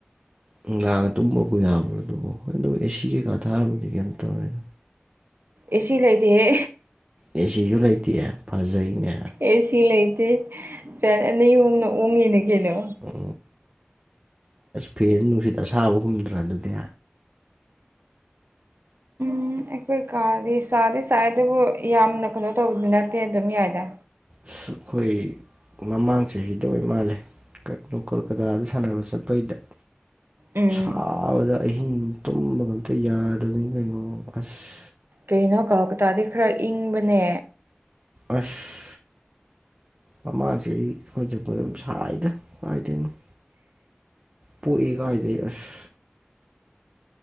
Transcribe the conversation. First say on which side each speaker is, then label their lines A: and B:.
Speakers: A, on the right (about 30°); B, on the right (about 65°).
A: ꯅꯨꯗꯥꯡꯒ ꯇꯨꯝꯕꯕꯨ ꯌꯥꯕ꯭ꯔꯣ ꯑꯗꯨꯕꯨ ꯍꯣꯏ ꯑꯗꯨ ꯑꯦꯁꯤ ꯀꯩꯀꯥ ꯊꯥꯔꯨꯕꯨꯗꯤ ꯀꯩꯝ ꯇꯧꯔꯦꯅ
B: ꯑꯦ ꯁꯤ ꯂꯩꯇꯦꯍꯦ
A: ꯑꯦ ꯁꯤꯁꯨ ꯂꯩꯇꯦ ꯐꯖꯩꯅꯦ
B: ꯑꯦ ꯁꯤ ꯂꯩꯇꯦ ꯐꯦꯟ ꯑꯅꯤꯍꯣꯝꯅ ꯑꯣꯡꯉꯤꯅ ꯀꯩꯅꯣ
A: ꯎ ꯐꯦꯟ ꯅꯨꯡꯁꯤꯠ ꯑꯁꯥꯕ ꯍꯨꯝꯗ꯭ꯔꯥ ꯑꯗꯨꯗꯤ
B: ꯎꯝ ꯑꯩꯈꯣꯏ ꯀꯥꯗꯤ ꯁꯥꯗꯤ ꯁꯥꯏ ꯑꯗꯨꯕꯨ ꯌꯥꯝꯅ ꯀꯩꯅꯣ ꯇꯧꯕꯗꯤ ꯅꯠꯇꯦ ꯑꯗꯨꯝ ꯌꯥꯏꯗ
A: ꯑꯁ ꯑꯩꯈꯣꯏ ꯃꯃꯥꯡ ꯆꯍꯤꯗ ꯑꯣꯏ ꯃꯥꯜꯂꯦ ꯀꯩꯅꯣ ꯀꯣꯜꯀꯇꯥꯗ ꯁꯥꯟꯅꯕ ꯆꯠꯄꯩꯗ
B: ꯎꯝ
A: ꯁꯥꯕꯗ ꯑꯍꯤꯡ ꯇꯨꯝꯕ ꯑꯝꯇ ꯌꯥꯗꯕꯅꯤ ꯀꯩꯅꯣ ꯑꯁ
B: ꯀꯩꯅꯣ ꯀꯜꯀꯇꯥꯗꯤ ꯈꯔ ꯏꯪꯕꯅꯦ
A: ꯑꯁ ꯃꯃꯥꯡꯁꯤ ꯑꯩꯈꯣꯏ ꯆꯠꯄꯗ ꯗꯨꯝ ꯁꯥꯏꯗ ꯀꯥꯏꯗꯣꯏꯅꯣ ꯄꯣꯛꯏ ꯀꯥꯏꯗꯩ ꯑꯁ